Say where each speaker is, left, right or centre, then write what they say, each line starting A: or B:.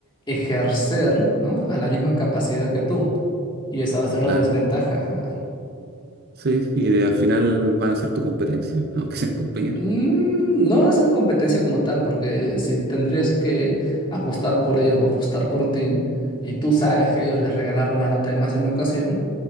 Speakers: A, on the left; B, on the right.
A: ejercer, ¿no? a la misma capacidad que tú. Y esa va a ser
B: Claro.
A: una desventaja.
B: Sí, y de- al final van a ser tu competencia, <laughs> aunque sean compañeros.
A: Mm, No va a ser competencia como tal, porque si tendrías que apostar por ellos o apostar por ti, y tú sabes que ellos les regalaron la nota en más de una ocasión,